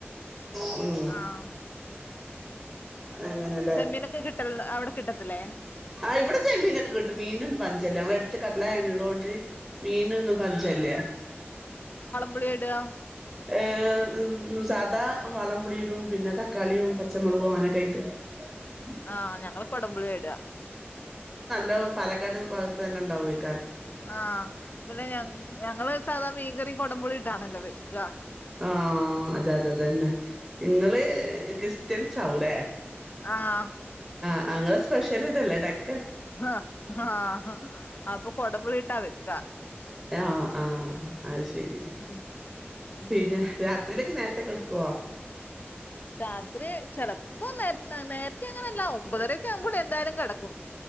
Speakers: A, on the right (about 20°); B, on the left (about 45°).
A: ഉം
B: ആഹ്
A: അങ്ങനെല്ലേ
B: ചെമ്മീനൊക്കെ കിട്ടല് അവിടെ കിട്ടത്തില്ലേ
A: ആഹ ഇവിടെ്യാൻീൊക്കെ കിട്ട മീന ഒന്ന പഞ്ചല്ല ഞങ്ങൾ ട് <unintelligible> മീനൊന്നും പഞ്ചല്ല
B: പുളി യാ ഇടാ
A: ഏ സാധാ വളം പുളിയിടും പിന്നെത കളിയും പച്ചമുളകും അങ്ങനൊക്കെ <unintelligible>
B: ആഹ ഞങ്ങള് കൊടുമ്പുളിട
A: നല്ലോ പാലക്കാട് ഭാഗത്ത്നല്ല ണ്ടാവുയ്
B: ആഹ പിന്നെ ഞാ ഞങ്ങള് സാധാ മീൻകറി കോടംപുളി ഇട്ടാണല്ലോ വെ കാ
A: ആ അതെ അതെതന്നെ നിങ്ങള്കിഷ് ത്തിൻസാവുലെ
B: ആ ആ
A: ആ ങ്ങളെ സ്പെഷ്യൽ ഇതല്ലേ ഡക്
B: ആ ആ അപ്പൊ കൊടമ്പുളിട്ടാവ ക
A: ആ ആ അത്ഥ രി
B: ഉം ഉം
A: പിന്നെ രാത്രിയിലേക്ക് നേരത്തെകെടുക്കോ ഗഹ
B: രാത്രി ചെലപ്പോ നേ നേരത്തെ അങ്ങനെയല്ല ഒമ്പതരൊക്കെ ആവുമ്പോ എന്തായാലും ടക്കും